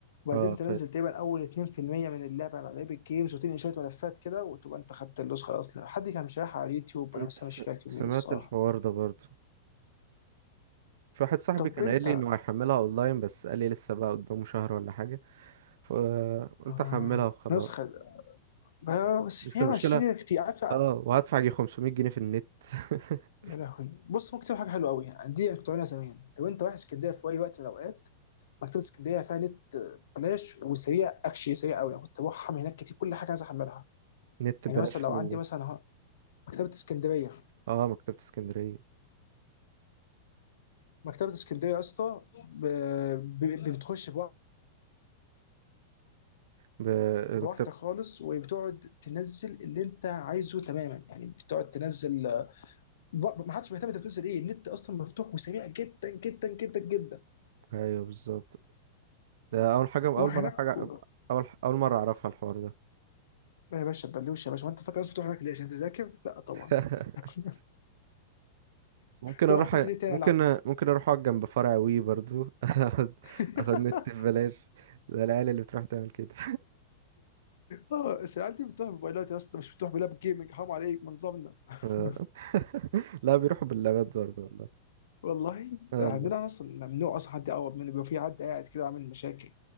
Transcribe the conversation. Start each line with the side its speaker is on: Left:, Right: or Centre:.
Left: وبعدين
Right: اه
Left: تنزل تقريبا اول 2% من اللعبه على لعيب الجيمز وتنقل شويه ملفات كده وتبقى انت خدت النسخه الاصليه حد كان شارحها على اليوتيوب انا
Right: انت
Left: بس
Right: س-
Left: مش فاكر
Right: سمعت
Left: مين الصراحه
Right: الحوار ده برضه في واحد صاحبي
Left: طب
Right: كان
Left: انت
Right: قايل لي انه هيحملها اونلاين بس قال لي لسه بقى قدامه شهر ولا حاجه فقلت
Left: آه.
Right: احملها وخلاص
Left: نسخه آه، بس
Right: بس
Left: 120
Right: المشكله
Left: كتير عارف
Right: اه وهدفع جي 500 جنيه في النت <laughs>
Left: يا لهوي بص ممكن تعمل حاجه حلوه قوي يعني دي كنت بعملها زمان لو انت رايح اسكندريه في اي وقت من الاوقات مكتبه اسكندريه فيها نت آه، بلاش وسريع اكشلي سريع قوي انا كنت بروح احمل هناك كتير كل حاجه عايز احملها
Right: نت ببلاش
Left: يعني مثلا لو
Right: فين
Left: عندي
Right: ده
Left: مثلا أهو مكتبه اسكندريه
Right: اه مكتبه اسكندريه
Left: مكتبة اسكندرية يا اسطى ب- ب- بتخش بوا-
Right: ب...
Left: بواحدة
Right: مكتبه
Left: خالص وبتقعد تنزل اللي انت عايزه تماما يعني بتقعد تنزل ب- ما حدش مهتم انت بتنزل ايه النت اصلا مفتوح وسريع جدا جدا جدا جدا
Right: ايوه بالظبط ده اول حاجه اول
Left: روح
Right: مره
Left: هناك
Right: حاجه
Left: و...
Right: اول اول مره اعرفها الحوار ده
Left: يا باشا بلوش يا باشا ما انت فاكر الناس بتروح هناك ليه عشان تذاكر؟ لا طبعا
Right: <laughs>
Left: <laughs>
Right: ممكن
Left: طب
Right: اروح
Left: هتنزل ايه تاني
Right: ممكن
Left: العب
Right: ممكن اروح اقعد جنب فرع وي برضو <laughs> اخد
Left: <laughs>
Right: اخد نت ببلاش ده العيال اللي بتروح تعمل كده
Left: اه بس العيال دي بتروح بموبايلات يا اسطى مش بتروح بلاب جيمنج حرام عليك من ضمننا <laughs>
Right: آه. <laughs> لا بيروحوا باللابات برضه والله
Left: والله
Right: آه
Left: عندنا
Right: والله
Left: اصلا ممنوع اصلا حد يقرب منه بيبقى في حد قاعد كده عامل مشاكل